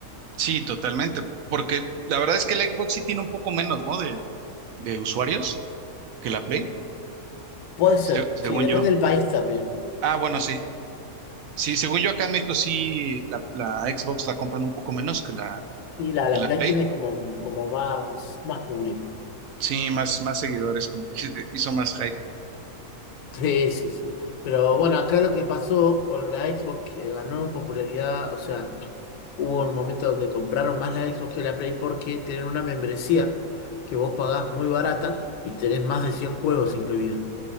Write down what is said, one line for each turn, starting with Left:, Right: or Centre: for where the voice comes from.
Right: Sí, totalmente, porque la verdad es que el Xbox sí tiene un poco menos, ¿no? De, de usuarios que la Play,
Left: Puede ser,
Right: se- según
Left: sí, depende
Right: yo.
Left: del país también.
Right: Ah, bueno, sí. Sí, según yo acá en México sí la, la Xbox la compran un poco menos que la,
Left: Sí, la,
Right: que
Left: la
Right: la
Left: Play
Right: Play.
Left: tiene como, como más, más público.
Right: Sí, más, más seguidores, como que <laughs> hizo hizo más hype.
Left: Sí, sí, sí. Pero bueno, acá lo que pasó con la Xbox que ganó popularidad, o sea, hubo un momento donde compraron más la Xbox que la Play porque tienen una membresía que vos pagás muy barata y tenés más de 100 juegos incluidos